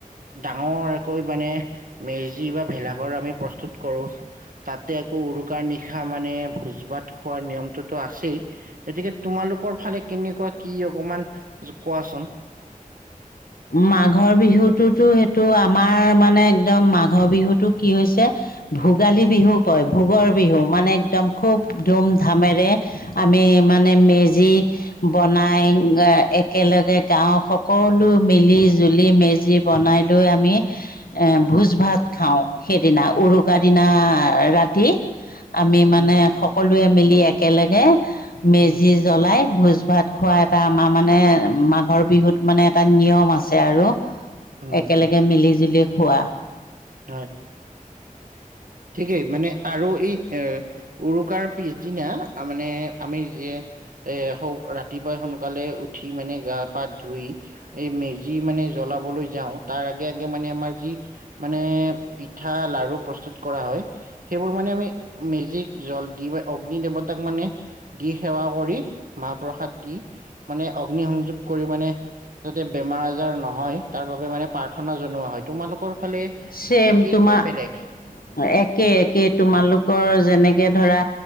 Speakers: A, on the right (about 70°); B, on the left (about 90°).
A: ডাঙৰকৈ মানে মেজি বা ভেলাঘৰ আমি প্ৰস্তুত কৰোঁ। তাতে আকৌ উৰুকাৰ নিশা মানে ভোজ ভাত খোৱাৰ নিয়মটোতো আছেই। এতেকে তোমালোকৰ ফালে কেনেকুৱা কি অকমান কোৱাচোন?
B: মাঘৰ বিহুতোটো সেইটো আমাৰ মানে একদম মাঘৰ বিহুটো কি হৈছে ভোগালী বিহু কয় ভোগৰ বিহু মানে একদম খুব ধুম ধামেৰে আমি মানে মেজি বনাই একেলগে গাঁওৰ সকলো মিলি জুলি মেজি বনাই লৈ আমি এ ভোজ ভাত খাওঁ সেইদিনা উৰুকাৰ দিনা ৰাতি। আমি মানে
A: উম, উম,
B: সকলোৱে মিলি একেলগে মেজি
A: উম,
B: জ্বলাই ভোজ ভাত খোৱা এটা আমাৰ মানে মাঘৰ বিহুত মানে এটা নিয়ম আছে আৰু।
A: উম,
B: একেলগে
A: উম,
B: মিলি জুলি খোৱা।
A: হয় ঠিকেই মানে আৰু এই এ উৰুকাৰ পিছদিনা মানে আমি যে এ ৰাতিপুৱাই সোনকালে উঠি মানে গা পা ধুই এই মেজি মানে জ্বলাবলৈ যাওঁ। তাৰ আগে আগে মানে আমাৰ যি মানে পিঠা, লাৰু প্ৰস্তুত কৰা হয়। সেইবোৰ মানে আমি মেজিক জল দি অগ্নি দেৱতাক মানে দি সেৱা কৰি, মাহ প্ৰসাদ দি মানে অগ্নি সংযোগ কৰি মানে যাতে বেমাৰ আজাৰ নহয় তাৰ বাবে মানে প্ৰাৰ্থনা জনোৱা হয়। তোমালোকৰ ফালে
B: ছেম
A: একেই
B: তোমাৰ
A: নে বেলেগ
B: একে একে তোমালোকৰ যেনেকে ধৰা